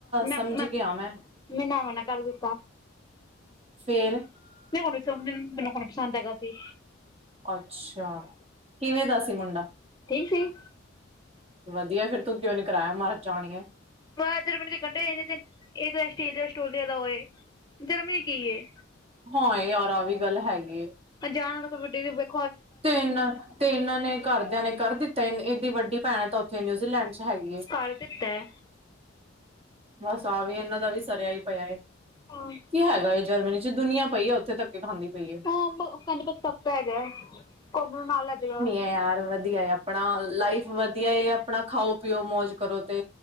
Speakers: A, on the left; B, on the right.
A: ਮੈਂ
B: ਸਮਝ
A: ਮੈਂ
B: ਗਿਆ ਮੈਂ।
A: ਮੈਂ ਨਾ ਮਨਾ ਕਰ ਦਿੱਤਾ
B: ਫਿਰ।
A: <unintelligible> ਪਸੰਦ ਹੈਗਾ ਸੀ।
B: ਅੱਛਾ! ਕਿਵੇਂ ਦਾ ਸੀ ਮੁੰਡਾ?
A: ਠੀਕ ਸੀ।
B: ਵਧੀਆ ਫਿਰ ਤੂੰ ਕਿਉਂ ਨੀ ਕਰਾਇਆ? ਮਰਜਾਣੀ ਏ।
A: <unintelligible> ਦੇ ਕੰਢੇ ਤੇ ਆਸਟ੍ਰੇਲੀਆ- ਅਸਟ੍ਰੇਲੀਆ ਦਾ ਹੋਏ। ਜਰਮਨੀ ਕੀ ਏ
B: ਹਾਂ! ਯਾਰ ਆ ਵੀ ਗੱਲ ਹੈਗੀ ਏ।
A: ਜਾਣ ਵਾਲਾ ਵੱਡੀ ਤੋਂ ਬਗੈਰ
B: ਤੇਰਨ ਤੇ, ਇਹਨਾਂ ਨੇ ਘਰਦਿਆਂ ਨੇ ਕਰ ਦਿੱਤਾ। ਏਨ ਇਹਦੀ ਵੱਡੀ ਭੈਣ ਤਾਂ ਉੱਥੇ ਨਿਊਜ਼ੀਲੈਂਡ 'ਚ ਹੈਗੀ ਏ।
A: ਕਰ ਦਿੱਤਾ ਏ।
B: ਬਸ ਆ ਵੀ ਇਹਨਾਂ ਦਾ ਵੀ ਸਰਿਆ ਹੀ ਪਿਆ ਏ।
A: ਹਾਂ!
B: ਕੀ ਹੈਗਾ ਏ ਜਰਮਨੀ 'ਚ ਦੁਨੀਆਂ ਪਈ ਏ ਉੱਥੇ ਧੱਕੇ ਖਾਂਦੀ। ਪਈ ਏ
A: ਹਾਂ ਕੰਜਕਾਂ ਚ ਪੱਕਾ ਹੈਗਾ <unintelligible>
B: <unintelligible> ਵਧੀਆ ਆਪਣਾ ਲਾਈਫ ਵਧੀਆ ਆਪਣਾ ਖਾਓ ਪੀਓ ਮੌਜ ਕਰੋ ਤੇ